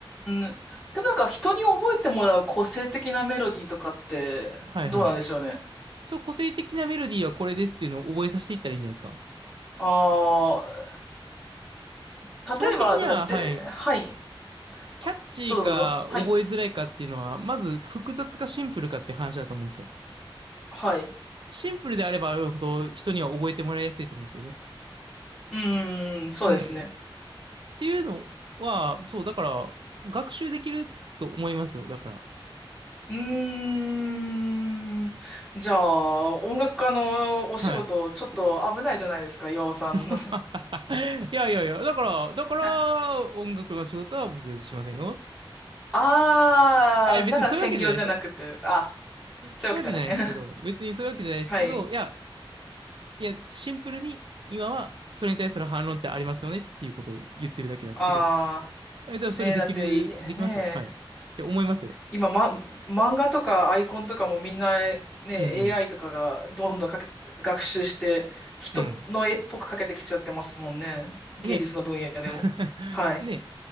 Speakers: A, in the centre; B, on the right.
A: ん。でもなんか人に覚えてもらう個性的なメロディーとかってどうなんでしょうね。
B: はいはい。そう、個性的なメロディーはこれですっていうのを覚えさせていったらいいんじゃないですか。
A: ああ、例えば、
B: 基本的には、
A: だからぜ、
B: はい、
A: はい。
B: キャッチーか覚えづらいかっていうのは、
A: あ、どうぞどうぞ。はい。
B: まず複雑かシンプルかって話だと思うんですよ。
A: はい。
B: シンプルであればあるほど人には覚えてもらいやすいと思うんですよね。
A: うーん、そうですね。
B: うん。っていうのは、そう、だから、学習できると思いますよ。だから。
A: うーん。じゃあ、音楽家のお仕事、
B: はい。
A: ちょっと危ないじゃないですか、岩尾さんの。
B: <laughs> いやいやいや、だから、だから、
A: <laughs>
B: 音楽の仕事は僕しませんよ。
A: あー、
B: あ、いや別にそういうわけじゃないですよ。
A: だから専業じゃなくて、あ、そういうわけじゃない。
B: そういうわけじゃないですけど、
A: <laughs>
B: 別にそういうわけじゃないですけど、
A: はい。
B: いや、いや、シンプルに今はそれに対する反論ってありますよねっていうことを言ってるだけなんですけど、
A: あ
B: え、でもそれできる、
A: ー、ねえ、だって、ねえ
B: できますよ。はい。って思いますよ。
A: 今、ま、漫画とかアイコンとかもみんなね、AI
B: うん
A: とかがどんどんかけ、学習して、人の絵っぽくかけてきちゃってますもんね。
B: うん。うん。
A: 芸術の分野でも。
B: ね。<laughs>
A: はい。
B: ね。